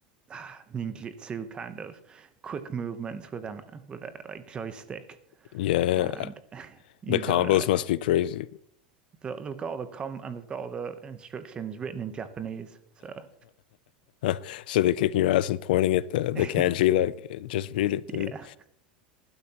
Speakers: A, on the right; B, on the left.
A: <sighs> ninjutsu kind of quick movements with a with a like joystick,
B: Yeah,
A: and
B: uh,
A: you
B: the combos
A: don't know it.
B: must
A: They-
B: be crazy.
A: They've got all the com and they've got all the instructions written in Japanese, so
B: <laughs> So they're kicking your ass and pointing at the the
A: <laughs>
B: kanji like just read it, dude.
A: yeah,